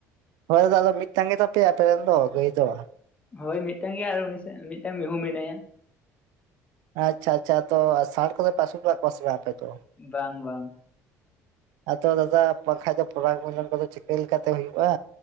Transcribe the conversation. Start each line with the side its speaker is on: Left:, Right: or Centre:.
Right: ᱦᱳᱭ ᱫᱟᱫᱟ ᱢᱤᱫᱴᱟᱝ ᱜᱮᱛᱟᱯᱮᱭᱟ ᱟᱯᱮ ᱨᱮᱱ ᱫᱚ ᱜᱟᱹᱭ ᱫᱚ?
Left: ᱦᱳᱭ ᱢᱤᱫᱴᱟᱝ ᱜᱮ ᱟᱨ ᱩᱱᱤ ᱢᱤᱫᱴᱟᱝ ᱢᱤᱦᱩ ᱢᱮᱱᱟᱭᱟ ᱾
Right: ᱟᱪᱪᱷᱟ ᱟᱪᱪᱷᱟ ᱛᱚ ᱥᱟᱲ ᱠᱚ ᱫᱚ ᱯᱮ ᱟᱹᱥᱩᱞ ᱟᱠᱟᱫ ᱠᱚᱣᱟ ᱥᱮ ᱵᱟᱝ? ᱫᱚ
Left: ᱵᱟᱝ ᱵᱟᱝ ᱾
Right: ᱟᱫᱚ ᱫᱟᱫᱟ ᱵᱟᱝ ᱠᱷᱟᱡ ᱫᱚ ᱯᱚᱨᱟᱠ ᱨᱱᱡᱚᱱ ᱠᱚᱫᱚ ᱪᱤᱠᱟᱹ ᱞᱮᱠᱟᱛᱮ ᱦᱩᱭᱩᱜᱼᱟ?